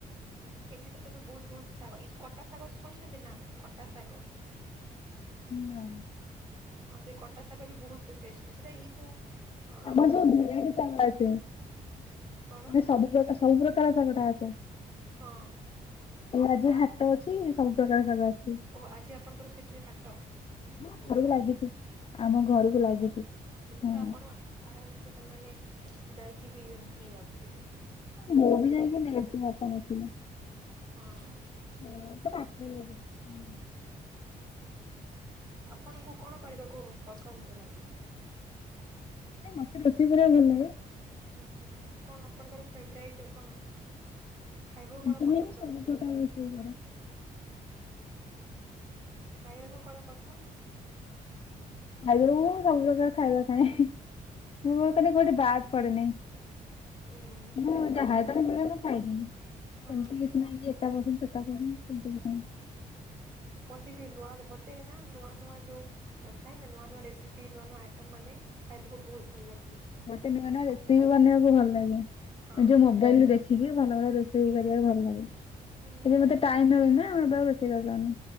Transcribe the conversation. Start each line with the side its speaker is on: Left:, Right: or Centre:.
Right: ଏଠି ତ ଏବେ ବହୁତ ବହୁତ ଶାଗ ଏ କଟା ଶାଗ ଶୁଣିଛନ୍ତି ନା କଟା ଶାଗ।
Left: ନା
Right: ହଁ ସେ କଟା ଶାଗ ବି ବହୁତ ଟେଷ୍ଟି ସେଇଟା ଏଇ ଯୋଉ ଆମ
Left: ଆମର ସବୁ ଭେରାଇଟି ଶାଗ ଆସେ ମାନେ
Right: କଣ
Left: ସବୁ ପ୍ରକାର ସବୁ ପ୍ରକାର ଶାଗଟା ଆସେ
Right: ହଁ
Left: ଏଇ ଆଜି
Right: ଆଉ
Left: ହାଟ ଅଛି ସବୁ ପ୍ରକାର ଶାଗ ଆସିବ।
Right: ଓ ଆଜି ଆପଣଙ୍କର ସେଠିରେ ହାଟ।
Left: ଆମ
Right: ବୁଧବାର
Left: ଘରକୁ ଲାଗିଛି। ଆମ ଘରକୁ
Right: ଓହୋ
Left: ଲାଗିଛି
Right: ହ ବୋଲି
Left: ହଁ।
Right: ତ ଆପଣ ଆରାମ ସେ ତମାନେେ ଯାଇକି ବି ନେଇ ଆଶୁଉଥିବେ।
Left: ମୁଁ ବି ଯାଇକି ନେଇଥିଲ ଆପଣ ଏଥିଲେ।
Right: ହଁ।
Left: ହଁ <inaudible>
Right: ଆପଣଙ୍କୁ କଣ କରିବାକୁ ପସନ୍ଦ ଲାଗେ?
Left: ମତେ ରୋଷେଇ କରିବାକୁ ଭଲ ଲାଗେ।
Right: ଓହୋ କଣ ଆପଣଙ୍କର ଫେବରାଇଟ୍ କଣ? ଖାଇବାକୁ
Left: ଏମିତି
Right: କଣ ପସନ୍ଦ
Left: ନୁହେଁ ମୁଁ
Right: କରନ୍ତି?
Left: ସବୁ ପ୍ରକାର ରୋଷେଇ କରେ।
Right: ଖାଇବାକୁ କଣ ପସନ୍ଦ?
Left: ଖାଇବାକୁ ମୁଁ ସବୁ ପ୍ରକାର ଖାଇବା ଖାଏ ମୋର କୋଉଠି ବାଦ୍ ପଡେ ନାହିଁ।
Right: ହୁଁ
Left: ମୁଁ
Right: ସେଇଟା ତ
Left: ଯାହା
Right: ଭଲ
Left: ଯେତେବେଳେ ମିଳେ ମୁଁ ଖାଇଦିଏ
Right: ହଁ
Left: ସେମତି କି ନାଇଁ ଯେ ଏଟା ପସନ୍ତ ସେଟା ପସନ୍ତ ସେମିତି କିଛି ନାଇଁ।
Right: ମତେ ବି ନୂଆ ମତେ ନା ନୂଆ ନୂଆ ଯୋଉ ନଥାଏ ନା ନୂଆ ନୂଆ ରେସିପି ନୂଆ ନୂଆ ଆଇଟମ ମାନେ ଖାଇବାକୁ ବହୁତ ଭଲ ଲାଗେ।
Left: ମତେ ନୂଆ ନୂଆ ରେସିପି ବନେଇବାକୁ ଭଲ ଲାଗେ
Right: ହଁ
Left: ଯୋଉ ମୋବାଇଲରୁ ଦେଖିକି। ଦେ ଭଲ ଭଲ ରୋଷେଇ କରିବାକୁ ଭଲ ଲାଗେ
Right: ହୁଁ
Left: ଏବେ ମତେ ଟାଇମ ମିଳୁନି ନା ଏବେ ରୋଷେଇ କରିପାରୁନି।